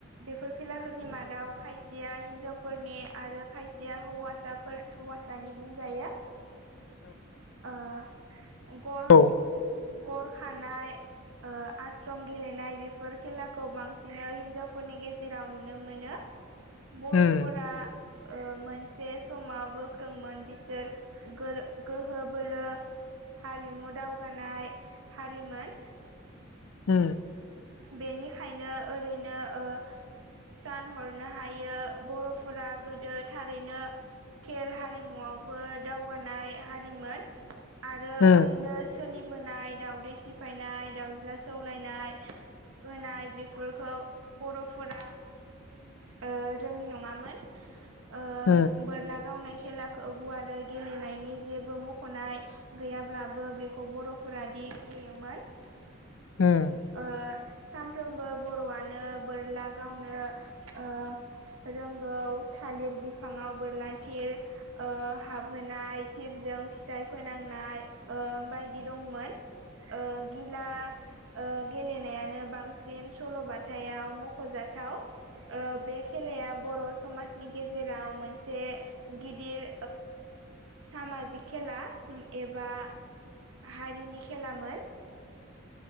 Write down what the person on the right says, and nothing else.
बेफोर खेलाफोरनि मादाव खायसेया हिन्जावफोरनि आरो खायसेया हौवासाफोर हौवासानि बुंजायो ओ गर
गर खानाय आसश्रम गेलेनाय बेफोर खेलाखौ बांसिन हिन्जावफोरनि गेजेराव नुनो मोनो बर'फोरा
मोनसे से समाव गोख्रोंमोन बिसोर गोहो बोलो हारिमु दावगानाय हारिमोन
बेनिखायनो ओरैनो ओ सान हरनो हायो बर'फोरा गोदो थारैनो खेल हारिमुआवबो दावगानाय हारिमोन आरो
ओरैनो सोलिबोनाय दाउदै सिफायनाय दाउज्ला सौलायनाय होनाय बेफोरखौ बर'फोरा ओ रोङि नङामोन ओ
बोर्ला गावनाय खेलाखौ गुवारो गेलेनायनि जेबो मख'नाय गैयाब्लाबो बेखौ बर'फोरा दि गेलेयोमोन
ओ सानफ्रोमबो बर'आनो बोरला गावनो ओ रोंगौ थालिर बिफाङाव बोरला थिर ओ हाबहोनाय थिरजों फिथाइ फोनांनाय ओ बायदि दंमोन ओ गिला ओ गेलेनायानो बांसिन सल'बाथायाव मख'जाथाव ओ बे खेलाया बर' समाजनि गेजेराव मोन से गिदिर सामाजिक खेला एबा हारिनि खेलामोन